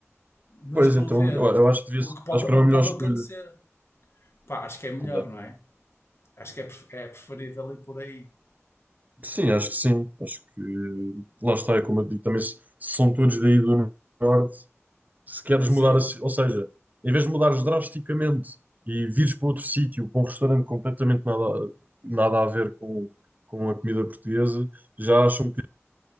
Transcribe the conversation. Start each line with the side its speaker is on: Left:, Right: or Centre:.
Left: não
Right: Pois
Left: estou
Right: então,
Left: a ver
Right: eu, eu acho que devia,
Left: o
Right: ser-
Left: que pode,
Right: acho que
Left: o
Right: era uma
Left: que
Right: melhor
Left: pode
Right: escolha.
Left: acontecer. Pá, acho que é melhor,
Right: Claro.
Left: não é? Acho que é, pref- é preferível ir por aí.
Right: Sim, acho que sim. Acho que lá está, é como eu digo também, se, se são todos daí do norte, se queres
Left: Sim.
Right: mudar, a ci- ou seja, em vez de mudares drasticamente e vires para outro sítio, para um restaurante completamente nada, nada a ver com, com a comida portuguesa, já acho um